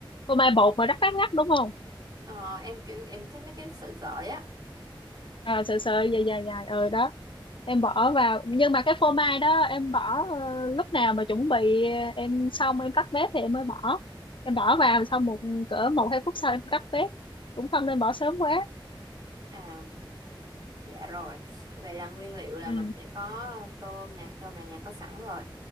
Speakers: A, on the left; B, on the right.
A: phô mai bột mà rắc rắc rắc đúng không
B: Ờ, em kiểu em thích mấy cái sợi sợi á
A: à, sợi sợi dài dài dài ờ đó em bỏ vào nhưng mà cái phô mai đó em bỏ ờ, lúc nào mà chuẩn bị ờ, em xong em tắt bếp thì em mới bỏ em bỏ vào xong một cỡ một hai phút sau em tắt bếp cũng không nên bỏ sớm quá
B: à dạ rồi vậy là nguyên liệu là
A: ừ
B: mình sẽ có tôm nè tôm là nhà có sẵn rồi